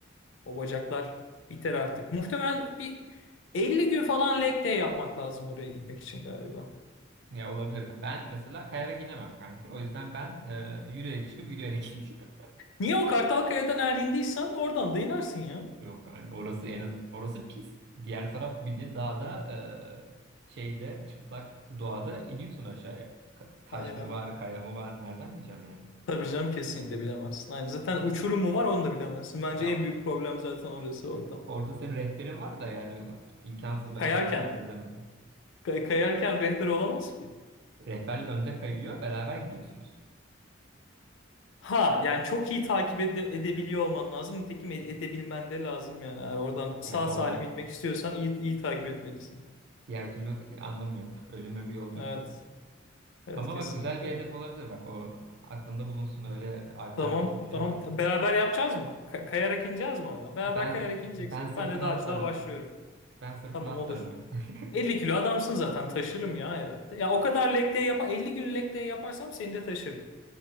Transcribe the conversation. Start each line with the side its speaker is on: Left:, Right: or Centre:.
Left: O bacaklar biter artık. Muhtemelen bir 50 gün falan leg day yapmak lazım oraya gitmek için galiba.
Right: Ya olabilir. Ben mesela kayarak inemem kanki. O yüzden ben e, yürüyerek çıkıp yürüyerek <laughs> ineceğim.
Left: Niye o Kartalkaya'dan erindiysen oradan da inersin ya.
Right: Yok kanka orası en az orası pist. Diğer taraf bildiğin dağda e, şeyde çıplak doğada iniyorsun aşağıya. Ka- Taş
Left: Aynen.
Right: mı var, kaya mı var nereden bileceğim yani.
Left: Tabii canım kesinlikle bilemezsin. Aynen. Zaten uçurum mu var onu da bilemezsin. Bence
Right: Ya
Left: en büyük problem zaten orası orada.
Right: Orada senin rehberin var da yani imkansız ben
Left: Kayarken.
Right: ona cesaret edemedim.
Left: kay- kayarken rehber olamaz ki.
Right: Rehber önde kayıyor, beraber gidiyorsunuz.
Left: Ha yani çok iyi takip ede- edebiliyor olman lazım. Nitekim e- edebilmen de lazım yani. Eğer oradan
Right: Yani
Left: sağ salim
Right: oradan
Left: inmek istiyorsan iyi, iyi takip etmelisin.
Right: diğer türlü anlamı yok. Ölüme bir yolculuk
Left: Evet.
Right: olur.
Left: Evet
Right: Ama
Left: kesinlikle.
Right: bak güzel bir hedef olabilir. Bak o aklında bulunsun. Öyle Alplerde
Left: Tamam.
Right: çok şey
Left: Tamam.
Right: var.
Left: Beraber yapacağız mı? Ka- kayarak ineceğiz mi oradan? Beraber
Right: Ben
Left: kayarak ineceksek
Right: ben sırtına
Left: ben de dağcılığa
Right: atlarım.
Left: başlıyorum.
Right: Ben sırtına
Left: Tamam
Right: atlarım.
Left: olur.
Right: <laughs>
Left: 50 kilo adamsın zaten taşırım ya herhalde. Ya o kadar leg day yap 50 gün leg day yaparsam seni de taşırım.